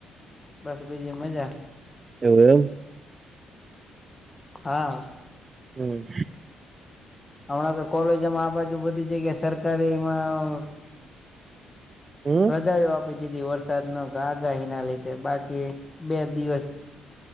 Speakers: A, on the left; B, on the right.
A: બસ, બીજી મજા.
B: એવું એમ.
A: હા.
B: હમ.
A: હમણાં તો કોલેજોમાં આ બાજુ બધી જગ્યા સરકારીમાં
B: હમ
A: રજા જ આપી દીધી, વરસાદ ન આગાહી ના લીધે, બાકી બે દિવસ